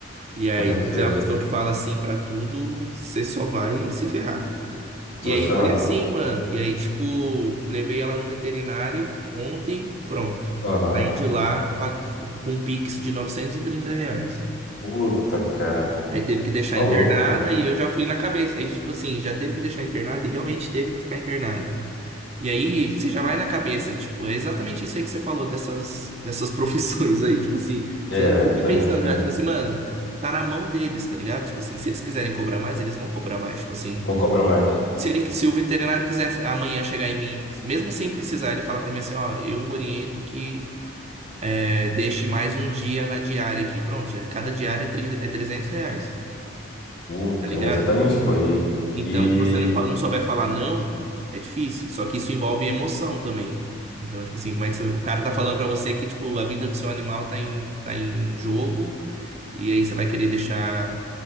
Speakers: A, on the right; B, on the left.
A: E aí,
B: com certeza.
A: se você é uma pessoa que fala sim pra tudo, você só vai se ferrar.
B: Você
A: E
B: vai
A: aí
B: se ferrar.
A: foi assim, mano. E aí, tipo, levei ela no veterinário ontem, pronto.
B: Aham.
A: Aí de lá, pago- com um Pix de 930 reais.
B: Puta, cara.
A: Aí teve que deixar
B: Tá
A: internada
B: louco, cara.
A: e eu já fui na cabeça. Aí, tipo assim, já teve que deixar internada e realmente teve que ficar internada. E aí, você já vai na cabeça, tipo, é exatamente isso aí que você falou dessas, dessas <laughs> profissões aí. Tipo assim,
B: É,
A: você já fica
B: exatamente,
A: pensando
B: cara.
A: já, tipo assim, mano, tá na mão deles, tá ligado? Tipo assim, se eles quiserem cobrar mais, eles vão cobrar mais. Tipo assim.
B: Vão cobrar mais.
A: Se ele, se o veterinário quiser amanhã chegar em mim, mesmo sem precisar, ele fala pra mim assim, ó, eu oriento que é, deixe mais um dia na diária aqui. Pronto, é, cada diária é, tri- é 300 reais,
B: Puta,
A: tá ligado?
B: exatamente, pô. E,
A: Então,
B: e...
A: se você não, fa- não souber falar não, é difícil. Só que isso envolve emoção também. Então, tipo assim, como é que você, o cara tá falando pra você que, tipo, a vida do seu animal tá em, tá em jogo e aí você vai querer deixar,